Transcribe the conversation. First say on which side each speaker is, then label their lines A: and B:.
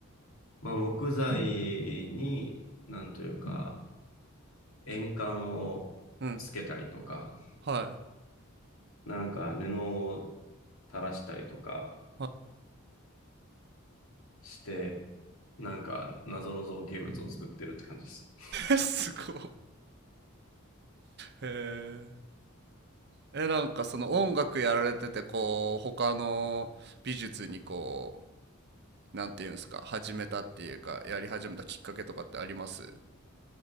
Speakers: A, on the left; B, on the right.
A: まあ、木材に、なんというか、円管をつけたりとか、
B: い。うん。はい。
A: なんか布を垂らしたりとか
B: は
A: して、なんか謎の造形物を作ってるって感じです
B: い、<laughs> すごい。へーえ、なんかその音楽やられてて、こう、他の美術にこう、なんていうんですか、始めたっていうか、やり始めたきっかけとかってあります